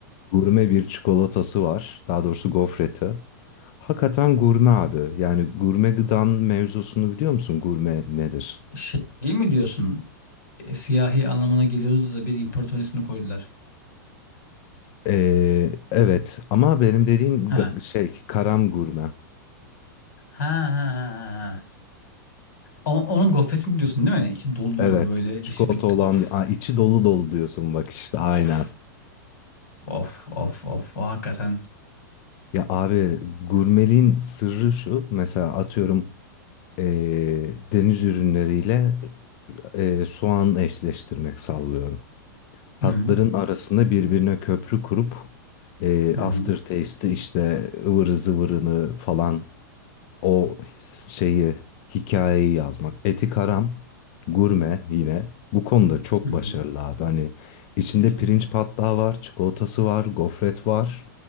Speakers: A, on the left (about 30°); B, on the left (about 65°).
A: Gurme bir çikolatası var. Daha doğrusu gofreti. Hakikaten gurme abi. Yani gurme gıdan mevzusunu biliyor musun? Gurme nedir?
B: Şey mi diyorsun? E, siyahi anlamına geliyordu da bir imparator ismini koydular.
A: Ee, evet ama benim dediğim
B: Ha.
A: ga- şey karam gurme.
B: Ha ha ha ha. ha. Ama onun gofretini diyorsun değil mi? İçi dolu dolu
A: Evet.
B: böyle
A: Çikolata
B: dışı bit.
A: olan
B: Of.
A: Aa, içi dolu dolu diyorsun bak işte aynen.
B: Of. Of. Of. Of. O hakikaten.
A: Ya abi gurmeliğin sırrı şu. Mesela atıyorum ee, deniz ürünleriyle ee, soğan eşleştirmek sallıyorum. Tatların
B: Hı hı.
A: arasında birbirine köprü kurup eee
B: Hı
A: after
B: hı.
A: aftertaste'i işte ıvırı zıvırını falan o şeyi, hikayeyi yazmak. Eti Karam, gurme yine. Bu konuda çok
B: Hı hı.
A: başarılı abi. Hani içinde
B: Kesinlikle.
A: pirinç patlağı var, çikolatası var, gofret var.